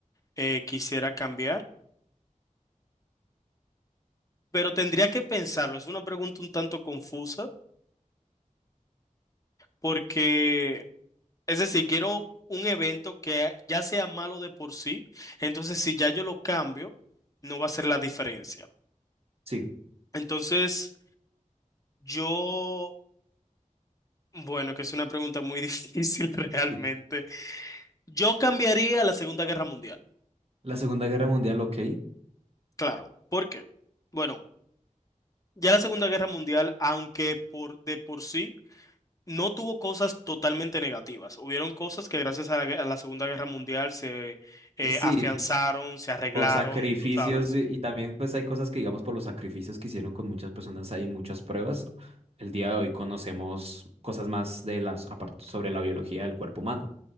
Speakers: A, on the left; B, on the right.
A: eh, quisiera cambiar, pero tendría que pensarlo. Es una pregunta un tanto confusa porque Es decir, quiero un evento que ya sea malo de por sí, entonces si ya yo lo cambio, no va a ser la diferencia.
B: Sí,
A: Entonces, yo, bueno, que es una pregunta muy <laughs> difícil realmente.
B: sí.
A: Yo cambiaría la Segunda Guerra Mundial,
B: La Segunda Guerra Mundial, ok.
A: claro. ¿Por qué? Bueno, ya la Segunda Guerra Mundial, aunque por de por sí no tuvo cosas totalmente negativas, hubieron cosas que gracias a la, gue- a la Segunda Guerra Mundial se eh,
B: Sí,
A: afianzaron, se arreglaron,
B: por sacrificios
A: tú sabes.
B: de- y también pues hay cosas que digamos por los sacrificios que hicieron con muchas personas, hay muchas pruebas. El día de hoy conocemos cosas más de las apart- sobre la biología del cuerpo humano.